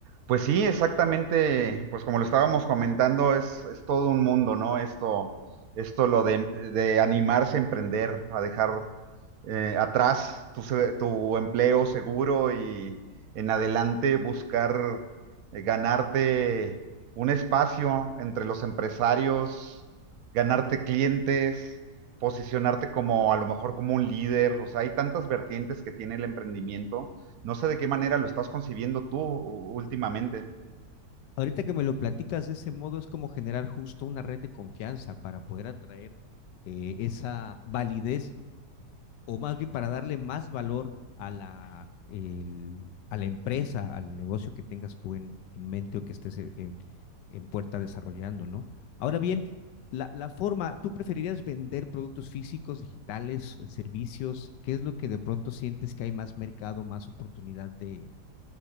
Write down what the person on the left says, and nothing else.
Ahorita que me lo platicas de ese modo, es como generar justo una red de confianza para poder atraer eh, esa validez, o más bien para darle más valor a la, el- a la empresa, al negocio que tengas tú en, en mente o que estés eh, en, en puerta desarrollando, ¿no? Ahora bien, la, la forma, ¿tú preferirías vender productos físicos, digitales, servicios? ¿Qué es lo que de pronto sientes que hay más mercado, más oportunidad de,